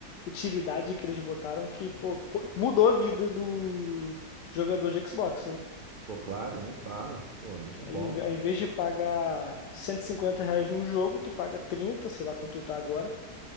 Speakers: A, on the left (about 80°); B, on the right (about 70°).
A: utilidade que eles botaram que, pô, co- mudou a vida do jogador de Xbox, né?
B: Pô, claro, nem fala. Pô, muito
A: Que
B: bom.
A: aí, em ve- ao invés de pagar 150 reais num jogo, tu paga 30, sei lá quanto tu tá agora,